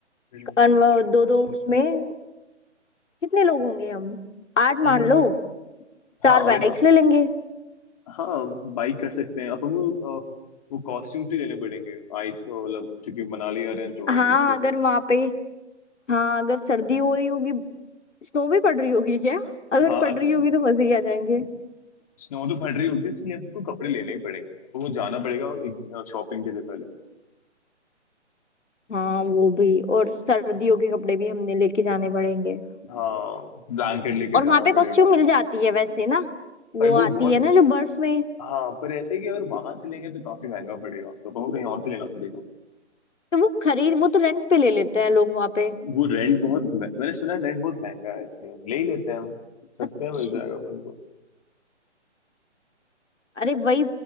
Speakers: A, on the left; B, on the left.
A: है
B: कन्व दो दो उसमें कितने लोग होंगे हम आठ
A: हम्म,
B: मान लो
A: हाँ
B: चार
A: अगर
B: बाइक्स ले लेंगे
A: हाँ बाइक कर सकते हैं अब हम लोग, अ, वो कॉस्ट्यूम्स भी लेने पड़ेंगे आइस मतलब चूंकि मनाली आ रहे हैं तो
B: हाँ
A: ऑब्वियसली
B: अगर वहां पे हाँ अगर सर्दी हो रही होगी स्नो भी पड़ रही होगी क्या अगर
A: हाँ
B: पड़
A: अच्छी
B: रही होगी तो मजे ही आ जाएंगे
A: स्नो तो पड़ रही होगी इसके लिए आपको कपड़े लेने ही पड़ेंगे आपको वो जाना पड़ेगा एक शॉपिंग के लिए पहले
B: हाँ वो भी और सर्दियों के कपड़े भी हमने लेके जाने पड़ेंगे
A: हाँ ब्लैंकेट लेके
B: और
A: जाना
B: वहां पे कॉस्ट्यूम
A: पड़ेगा
B: मिल जाती है वैसे ना वो
A: पर वो
B: आती
A: बहुत
B: है ना जो बर्फ में
A: हाँ पर ऐसा है कि अगर वहां से लेंगे तो काफी महंगा पड़ेगा तो हमको कहीं और से लेना पड़ेगा
B: तो वो खरीद वो तो रेंट पे ले लेते हैं लोग वहां पे
A: वो रेंट बहुत मैंने सुना है रेंट बहुत महंगा है इसलिए हम ले ही लेते हैं हम सस्ते
B: अच्छा
A: में मिल जाएगा अपन
B: अरे वही